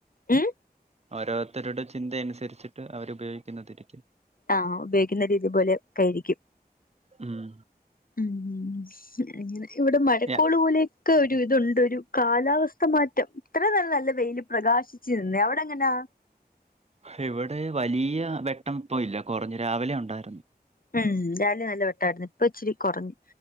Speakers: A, on the left; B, on the right.
A: ഉം
B: ഓരോരുത്തരുടെ ചിന്തയനുസരിച്ചിട്ട് അവരുപയോഗിക്കുന്നതിരിക്കും
A: ആഹ് ഉപയോഗിക്കുന്ന രീതി പോലെ ഒക്കയിരിക്കും
B: ഉം
A: ഉം അങ്ങനെ ഇവടെ മഴക്കോള്
B: യ-
A: പോലെയൊക്കെ ഒരു ഇതുണ്ട് ഒരു കാലാവസ്ഥ മാറ്റം ഇത്ര ന്നേരം ന്നല്ലെ വെയിലി പ്രകാശിച്ചുരുന്ന് അവടെ എങ്ങനാ
B: ഹിവിടെ വലിയ വെട്ടം ഇപ്പൊ ഇല്ല കൊർഞ്ഞു രാവിലെ ഉണ്ടായിരുന്നു
A: ഉം രാലും ന്നല്ലെ വെട്ടായിരുന്നു ഇപ്പ ഇച്ചിരി കൊർഞ്